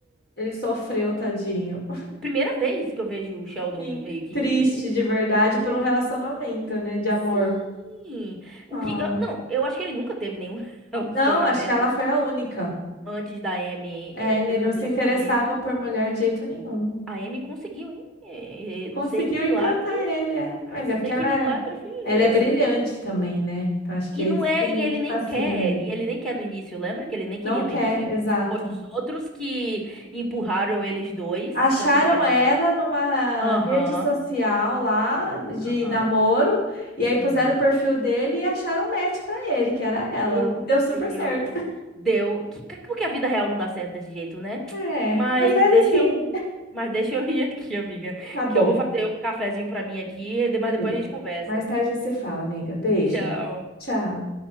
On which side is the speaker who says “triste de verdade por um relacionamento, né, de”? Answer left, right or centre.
Left